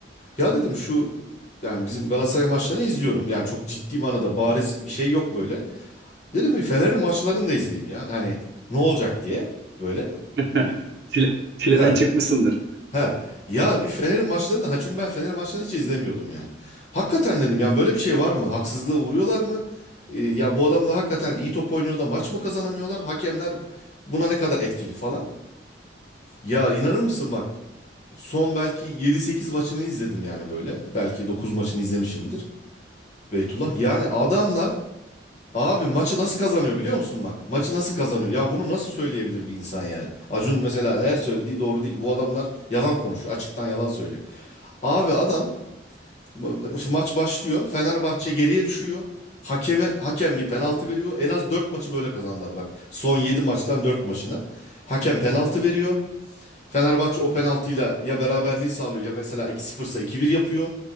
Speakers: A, on the left; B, on the right.
A: ya dedim şu yani bizim Galatasaray maçlarını izliyorum yani çok ciddi manada bariz bir şey yok böyle dedim bir Fener'in maçlarını da izleyeyim ya hani ne olacak diye böyle
B: <laughs>
A: Bir-
B: çile, çileden
A: he
B: çıkmışsındır.
A: He ya bir Fener'in maçlarını da ha çünkü ben Fener'in maçlarını hiç izlemiyordum yani. Hakikaten dedim yani böyle bir şey var mı? Haksızlığa uğruyorlar mı? Ee, ya bu adamlar hakikaten iyi top oynuyor da maç mı kazanamıyorlar? Hakemler buna ne kadar etkili falan? Ya inanır mısın bak son belki yedi sekiz maçını izledim yani böyle. Belki 9 maçını izlemişimdir. Beytullah yani adamlar Abi maçı nasıl kazanıyor biliyor musun bak? Maçı nasıl kazanıyor? Ya bunu nasıl söyleyebilir bir insan yani? Acun mesela eğer söylediği doğru değil. Bu adamlar yalan konuşuyor. Açıktan yalan söylüyor. Abi adam ma- maç başlıyor. Fenerbahçe geriye düşüyor. Hakeme hakem bir penaltı veriyor. En az 4 maçı böyle kazanlar bak. Son 7 maçtan 4 maçına. Hakem penaltı veriyor. Fenerbahçe o penaltıyla ya beraberliği sağlıyor ya mesela 2-0 ise 2-1 yapıyor.